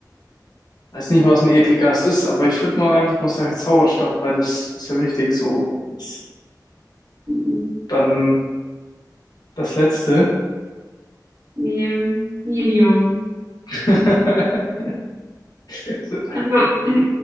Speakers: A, on the left; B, on the right.
A: Weiß nicht, was ein Edelgas ist, aber ich würde mal einfach mal sagen Sauerstoff, weil das ist ja wichtig. So, das,
B: Mhm.
A: dann das Letzte.
B: Nee, Helium.
A: <laughs> So.
B: Also im,